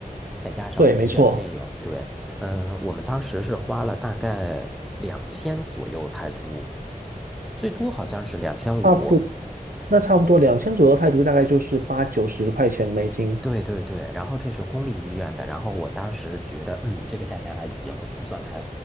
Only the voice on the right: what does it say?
对，没错，
差不，那差不多两千左右泰铢，大概就是八九十块钱美金。